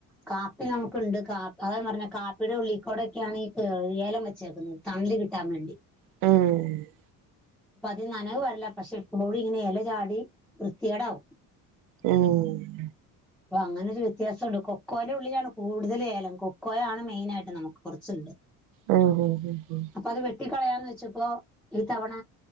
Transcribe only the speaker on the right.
ഉം
ഉം
ഉം ഉ ഉ